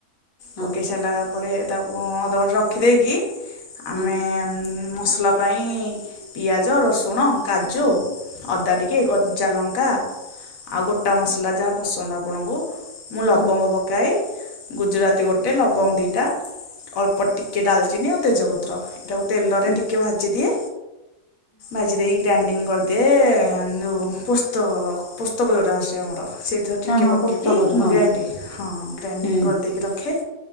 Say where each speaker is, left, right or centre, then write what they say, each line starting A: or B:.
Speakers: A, on the left (about 35°); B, on the left (about 75°).
A: ହଁ
B: ପକେଇ ସାରିଲା ପରେ ତାକୁ ଅଧଘଣ୍ଟେ ରଖିଦେଇକି ଆମେ
A: ହଁ
B: ମସଲା ପାଇଁ ପିଆଜ, ରସୁଣ, କାଜୁ, ଅଦା ଟିକେ କଞ୍ଚା ଲଙ୍କା ଆଉ ଗୋଟା ମସଲା ଯାହା ପସନ୍ଦ ଆପଣଙ୍କୁ ମୁଁ ଲବଙ୍ଗ
A: ହଁ
B: ପକାଏ। ଗୁଜୁରାତି ଗୋଟେ ଲବଙ୍ଗ ଦୁଇଟା ଅଳ୍ପ ଟିକଏ ଡାଲଚିନି ଆଉ ତେଜପତ୍ର। ତାକୁ ତେଲରେ
A: ହଁ
B: ଟିକେ ଭାଜିଦିଏ। ଭାଜି ଦେଇ ଗ୍ରାଣ୍ଡିଙ୍ଗ କରିଦିଏ ଯୋଉ ପୋସ୍ତ ପୋସ୍ତକ ଯୋଉଟା ଆସେ ଆମର। ସେଇଥିରେ ଟିକେ
A: ହଁ ହଁ
B: ପକେଇକି
A: ପୋସ୍ତ କରୁଛୁ
B: ମୁଁ
A: ହଁ।
B: ଗ୍ରାଇଣ୍ଡିଙ୍ଗ ହଁ ଗ୍ରାଇଣ୍ଡିଙ୍ଗ
A: ହୁଁ
B: କରିଦେଇକି ରଖେ।